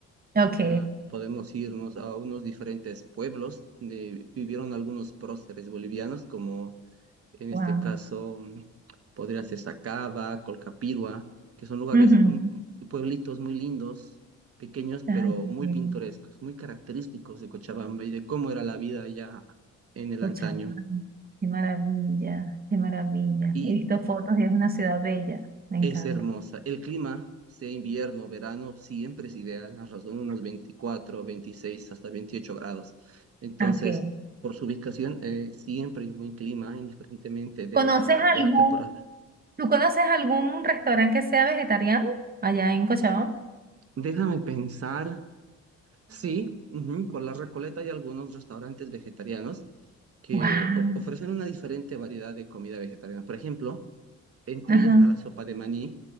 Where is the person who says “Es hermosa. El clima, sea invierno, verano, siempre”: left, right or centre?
Right